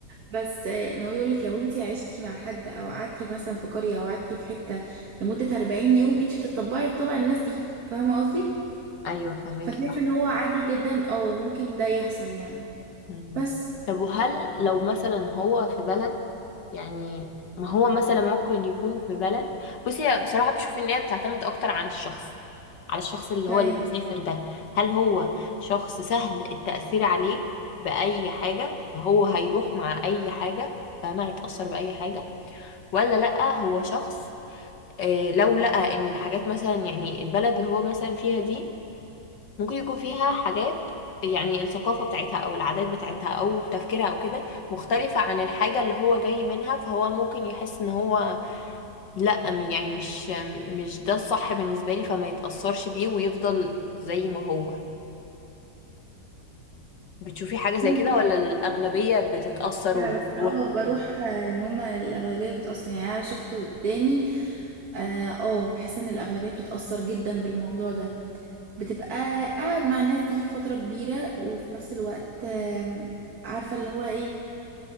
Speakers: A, on the right; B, on the left.
A: بس آه، ان هو يقول لك لو انت عشتي مع حد او قعدتي مثلا في قريه او قعدتي في حته لمده 40 يوم انت بتطبعي بطبع الناس دي فاهمه قصدي
B: ايوه فهمك
A: فشايفه
B: صح
A: ان هو عادي جدا او ممكن ده يحصل يعني
B: مم.
A: بس
B: طب وهل لو مثلا هو في بلد يعني ما هو مثلا ممكن يكون في بلد بصي هي بصراحة بشوف ان هي بتعتمد اكتر عن الشخص على الشخص اللي
A: تمام
B: هو اللي مسافر ده هل هو شخص سهل التأثير عليه بأي حاجة فهو هيروح مع أي حاجة فما هيتأثر بأي حاجة ولا لأ هو شخص آه، لو لقى ان الحاجات مثلا يعني البلد اللي هو مثلا فيها دي ممكن يكون فيها حاجات يعني الثقافة بتاعتها أو العادات بتاعتها أو تفكيرها أو كده مختلفة عن الحاجة اللي هو جاي منها فهو ممكن يحس إن هو لأ من- يعني مش مش ده الصح بالنسبة لي فما يتأثرش بيه ويفضل زي ما هو بتشوفي حاجة زي
A: ممكن.
B: كده ولا الأغلبية بتتأثر
A: بس
B: وبتروح
A: اه
B: وكده
A: بروح آه، ان هما الاغلبيه بتاثر يعني انا شفته قدامي اه آه، بحس ان الاغلبيه بتتاثر جدا بالموضوع ده بتبقى قاعد مع الناس دي فترة كبيرة وفي نفس الوقت آم، عارفة اللي هو ايه